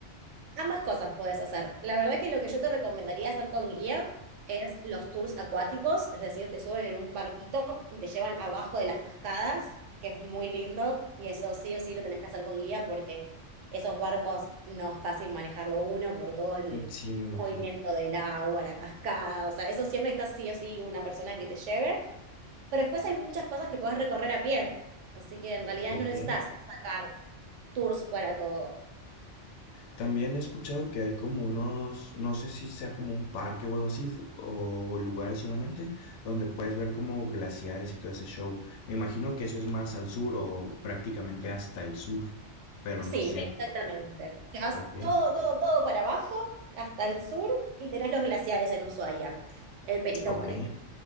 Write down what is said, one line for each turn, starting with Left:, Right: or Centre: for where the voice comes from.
Right: Ambas cosas puedes hacer. La verdad que lo que yo te recomendaría hacer con guía es los tours acuáticos, es decir, te suben en un barquito y te llevan abajo de las cascadas, que es muy lindo, y eso sí o sí lo tenés que hacer con guía porque esos barcos no es fácil manejarlo uno por todo el
Left: Mm, Sí, me imagino.
Right: movimiento del agua, la cascada, o sea, eso siempre está sí o sí una persona que te lleve, pero después hay muchas cosas que podés recorrer a pie, así que en realidad
Left: Ok.
Right: no necesitas sacar tours para todo.
Left: También he escuchado que hay como unos, no sé si sea como un parque o algo así, d- o lugares solamente, donde puedes ver como glaciares y todo ese show. Me imagino que eso es más al sur o prácticamente hasta el sur, pero
Right: Sí,
Left: no sé.
Right: exactamente. Te vas
Left: Ok,
Right: todo, todo, todo para abajo, hasta el sur, y tenés los glaciares en Ushuaia, el Perito
Left: ok.
Right: Moreno.